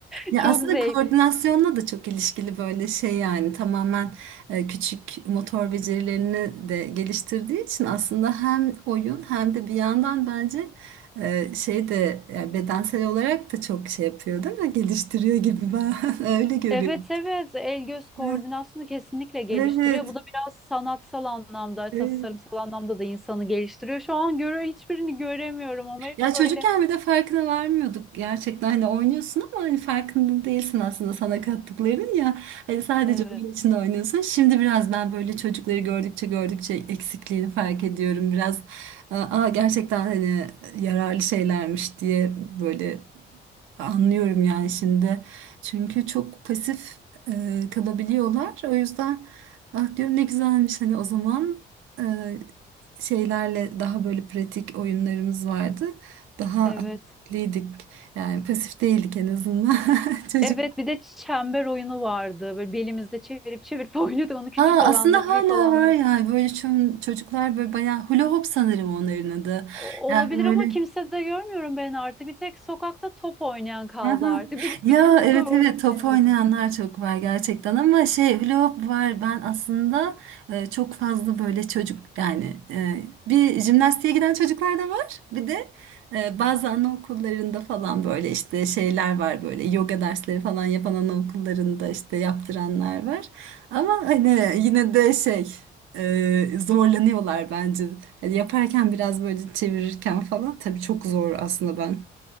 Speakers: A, on the right; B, in the centre.
A: Ya
B: <laughs> Çok
A: aslında
B: zevkli.
A: koordinasyonla da çok ilişkili böyle şey yani tamamen e, küçük motor becerilerini de geliştirdiği için aslında hem oyun hem de bir yandan bence e, şey de ya bedensel olarak da çok şey yapıyor değil mi? Geliştiriyor gibi ben <laughs> öyle görüyorum.
B: Evet evet el göz koordinasyonu
A: Ha,
B: kesinlikle geliştiriyor.
A: Evet.
B: Bu da biraz sanatsal anlamda,
A: evet.
B: tasarımsal anlamda da insanı geliştiriyor. Şu an göre hiçbirini göremiyorum ama hep
A: Ya çocukken
B: böyle
A: bir de farkına varmıyorduk gerçekten hani oynuyorsun ama hani farkında değilsin aslında sana kattıkların ya hani sadece
B: Evet.
A: oyun için oynuyorsun. Şimdi biraz ben böyle çocukları gördükçe gördükçe eksikliğini fark ediyorum biraz aa gerçekten hani yararlı şeylermiş diye böyle Anlıyorum yani şimdi. Çünkü çok pasif e, kalabiliyorlar. O yüzden ah diyorum ne güzelmiş hani o zaman e, şeylerle daha böyle pratik oyunlarımız vardı. Daha
B: Evet.
A: aktifliydik. Yani pasif değildik en azından. <laughs> Çocuk.
B: Evet bir de çember oyunu vardı. Böyle belimizde çevirip çevirip <laughs> oynuyorduk onu küçük
A: Aa,
B: olanları,
A: aslında hala
B: büyük olanları.
A: var yani böyle ço- çocuklar böyle bayağı hula hoop sanırım onların adı.
B: O-
A: Yani
B: olabilir
A: böyle
B: ama kimse de görmüyorum ben artık. Bir tek sokakta top oynayan kaldı
A: Aha.
B: artık. Benim
A: Ya
B: bizim burada
A: evet
B: orada
A: evet
B: yok
A: top
B: en
A: oynayanlar
B: azından.
A: çok var gerçekten ama şey hula hoop var ben aslında e, çok fazla böyle çocuk yani e, bir jimnastiğe giden çocuklar da var bir de e, bazı anaokullarında falan böyle işte şeyler var böyle yoga dersleri falan yapan anaokullarında işte yaptıranlar var ama hani yine de şey e, zorlanıyorlar bence Hani yaparken biraz böyle çevirirken falan tabii çok zor aslında ben.